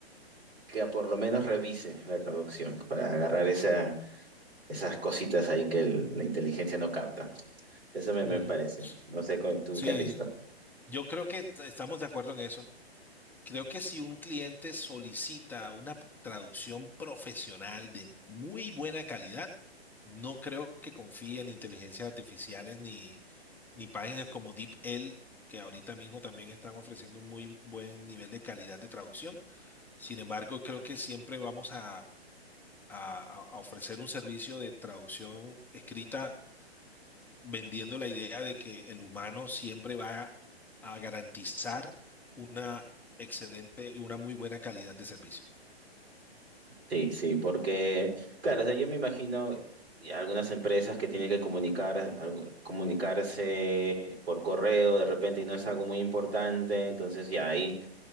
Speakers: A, on the right; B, in the centre.
A: que por lo menos revise la traducción para agarrar esa- esas cositas ahí que el- la inteligencia no capta. Eso me,
B: ujú,
A: me parece.
B: sí.
A: No sé cu- tú
B: Sí,
A: qué has visto.
B: yo creo que t- estamos de acuerdo en eso. Creo que si un cliente solicita una traducción profesional de muy buena calidad, no creo que confíe en inteligencias artificiales ni, ni páginas como DeepL, que ahorita mismo también están ofreciendo un muy buen nivel de calidad de traducción. Sin embargo, creo que siempre vamos a, a a- a ofrecer un servicio de traducción escrita vendiendo la idea de que el humano siempre va a garantizar una excelente y una muy buena calidad de servicio.
A: Sí, sí, porque, claro, o sea, yo me imagino y algunas empresas que tienen que comunicar, algo- comunicarse por correo de repente y no es algo muy importante, entonces ya ahí